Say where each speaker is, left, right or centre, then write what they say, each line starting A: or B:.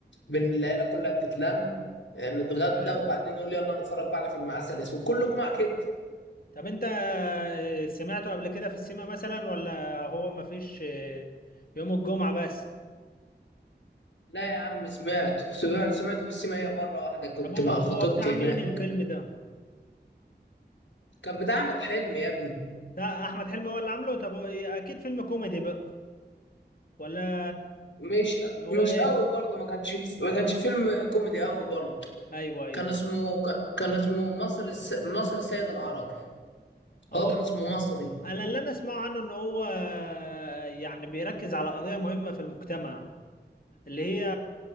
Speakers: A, on the left; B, on the left.
A: بين العيله كلها بتتلم آه، نتغدى
B: تمام
A: وبعدين نقول يلا نتفرج بقى على فيلم عسل اسود كل جمعه كده
B: طب انت آه، سمعته قبل كده في السينما مثلا ولا هو مفيش آه، يوم الجمعه بس
A: لا يا عم سمعت سمعت سمعته في السينما هي مره واحده كنت
B: طب هو
A: مع
B: هو
A: خطيبتي
B: بتاع مين
A: هناك
B: الفيلم ده
A: كان بتاع احمد حلمي يا ابني
B: لا احمد حلمي هو اللي عامله طب هو إيه، اكيد فيلم كوميدي بقى ولا
A: مش
B: هو
A: مش
B: ايه
A: قوي برضه ما كانش ما كانش فيلم كوميدي قوي برضه
B: ايوه ايوه
A: كان اسمه ك- كان اسمه مصر الس... مصر السيد العربي
B: هو
A: هو كان اسمه مصري
B: انا اللي انا اسمعه عنه ان هو يعني بيركز على قضية مهمة في المجتمع اللي هي